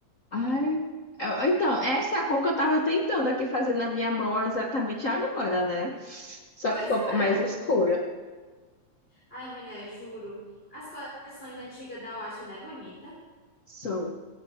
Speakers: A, on the left; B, on the left.
A: Ai, eu- então, essa é a cor que eu tava tentando aqui fazer na minha mão exatamente agora, né? Só
B: Pois
A: que ficou
B: é.
A: mais escura.
B: Ai, mulher, juro. As coleções antigas da Watcha não é bonita.
A: São,